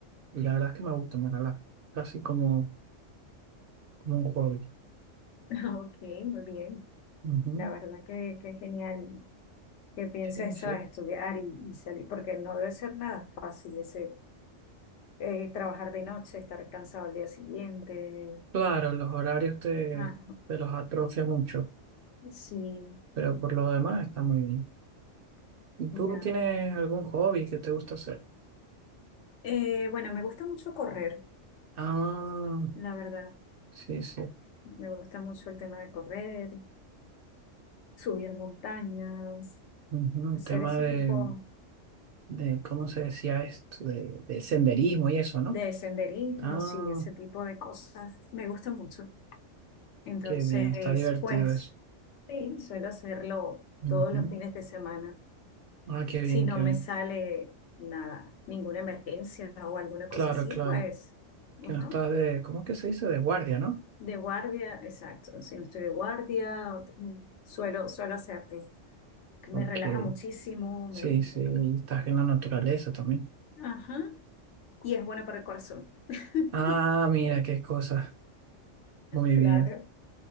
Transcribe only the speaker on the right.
y la verdad es que me gusta, me relaja. Casi como, como un hobby.
Ujú,
Sí, sí.
Claro, los horarios te,
te los atrofia mucho,
pero
por lo demás está muy bien. ¿Y tú
tienes algún hobby que te gusta hacer?
Ah,
sí, sí.
Un
Tema
de,
de, ¿cómo se decía esto? De, de senderismo y eso, ¿no?
Ah,
Qué bien, está divertido
eso.
Ujú.
Ah, qué bien,
qué bien.
Claro,
claro.
Que
no estás de, ¿cómo es que se dice? De guardia, ¿no?
Ok.
Sí,
sí, y estás en la naturaleza también.
Ah, mira, qué cosa. Muy
bien.